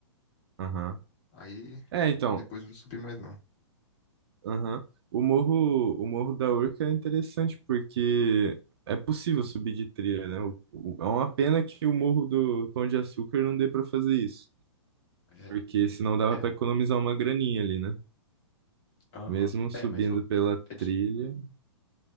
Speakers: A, on the right; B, on the left.
A: Aham.
B: Aí
A: É, então.
B: depois eu não subi mais não.
A: Aham. O morro, o Morro da Urca é interessante porque é possível subir de trilha, né? O- o- é uma pena que o Morro do Pão de Açúcar não dê pra fazer isso.
B: É,
A: Porque senão dava
B: é,
A: pra economizar uma graninha ali, né?
B: aham.
A: Mesmo subindo
B: É, mas o,
A: pela
B: é de,
A: trilha.